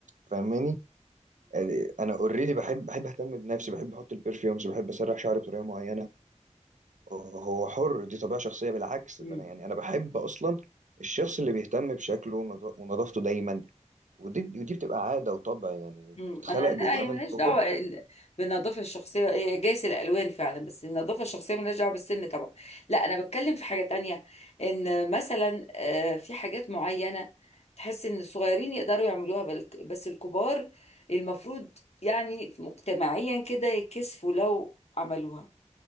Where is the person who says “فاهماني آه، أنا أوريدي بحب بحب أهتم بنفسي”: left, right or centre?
Right